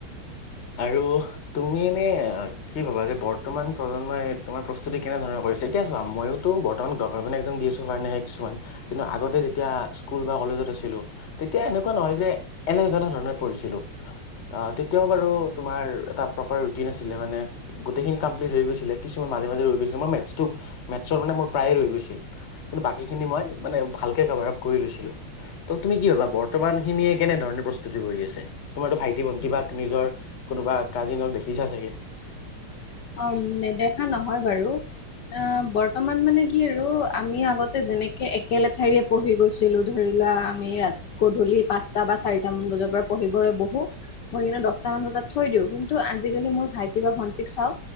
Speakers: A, on the left; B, on the left.
A: আৰু তুমি এনে। কি ভবা যে বৰ্তমান প্ৰজন্মই তোমাৰ প্ৰস্তুতি কেনেধৰণে কৰিছে? এতিয়া চোৱা মইওতো বৰ্ত মান গভমেণ্ট এক্সাম দি আছোঁ কাৰণেহে, কিছুমান কিন্তু আগতে যেতিয়া স্কুল বা কলেজত আছিলোঁ। তেতিয়া এনেকুৱা নহয় যে এনেকুৱা এটা ধৰণত পঢ়িছিলো। তেতিয়াও বাৰু তোমাৰ এটা প্ৰপাৰ ৰুটিন আছিলে মানে। গোটেইখিনি কমপ্লিট হৈ গৈছিলে কিছুমান মাজে, মাজে ৰৈ গৈছিল মেটছটো মেটছ মানে মোৰ প্ৰায়ে ৰৈ গৈছিল। কিন্তু বাকীখিনি মই মানে ভালকৈ কাভাৰআপ কৰি লৈছিলোঁ। ত' তুমি কি ভাবা বৰ্তমান খিনিয়ে কেনেধৰণে প্ৰস্তুতি কৰি আছে তোমাৰতো ভাইটি ভণ্টি বা নিজৰ কোনোবা কাজিনক দেখিছা চাগে।
B: অ, নেদেখা নহয় বাৰু। অ বৰ্তমান মানে কি আৰু আমি আগতে যেনেকে একেলেঠাৰিয়ে পঢ়ি গৈছিলোঁ ধৰি লোৱা আমি ৰা গধূলি পাঁচ টা বা চাৰিটা মান বজাৰ পৰা পঢ়িবলৈ বহু। বহি কিনে দহটা মান বজাত থৈ দিওঁ কিন্তু আজিকালি মোৰ ভাইটি বা ভণ্টিক চাওঁ।